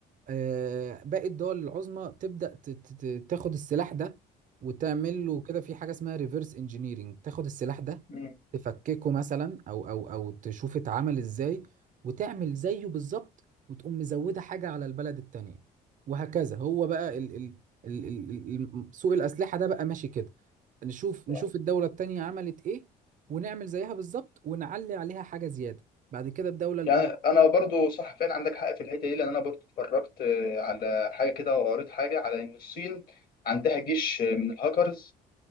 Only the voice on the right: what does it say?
آه، باقي الدول العظمى تبدأ ت- ت- ت- تاخد السلاح ده وتعمل له كده في حاجة اسمها ريفرس انجينيرنج تاخد السلاح ده
تفككه مثلا او او او تشوف اتعمل ازاي وتعمل زيه بالظبط وتقوم مزودة حاجة على البلد التانية وهكذا هو بقى ال ال ال ال ال- سوق الأسلحة ده بقى ماشي كده نشوف نشوف
الدولة التانية عملت ايه ونعمل زيها بالظبط ونعلي عليها حاجة زيادة بعد كده الدولة الأولى